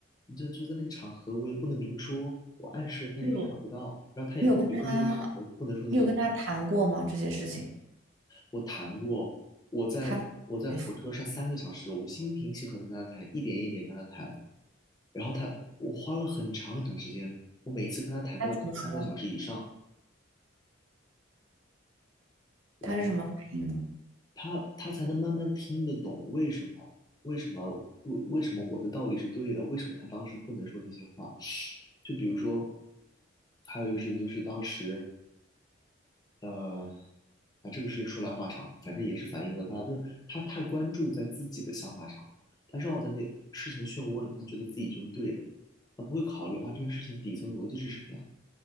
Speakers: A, on the left (about 20°); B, on the right (about 80°).
A: 就就在那个场合我也不能明说，我暗示他也看不到，
B: 你有
A: 然后他也不觉得那个场合不能说那些话。
B: 你有跟他，你有跟他谈过吗？这些事情，
A: 我谈过，我在我在火车上三个小时，
B: 他回复
A: 我心平气和的跟他谈，一点一点跟他谈，然后他我花了很长很长时间，我每次跟他谈都要谈三个小时以上。
B: 他怎么说？
A: 然后。
B: 他是什么反应呢？
A: 他他才能慢慢听得懂为什么为什么为为什么我的道理是对的，为什么他当时不能说那些话。就比如说，还有一个事情就是当时呃啊这个事情说来话长，反正也是反映了他就是他太关注在自己的想法上了，他绕在那事情的漩涡里面，他觉得自己就是对的，他不会考虑啊这件事情底层逻辑是什么样的